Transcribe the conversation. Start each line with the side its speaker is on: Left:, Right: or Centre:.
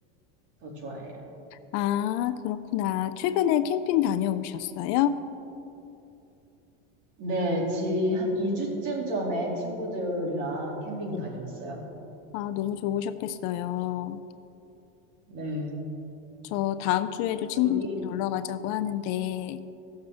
Right: 더 좋아해요.
Left: 아, 그렇구나. 최근에 캠핑 다녀오셨어요?
Right: 네, 지 한 2주쯤 전에 친구들이랑 캠핑
Left: 네.
Right: 다녀왔어요.
Left: 아, 너무 좋으셨겠어요.
Right: 네,
Left: 저 다음 주에도 친구들이
Right: 여기,
Left: 놀러 가자고 하는데,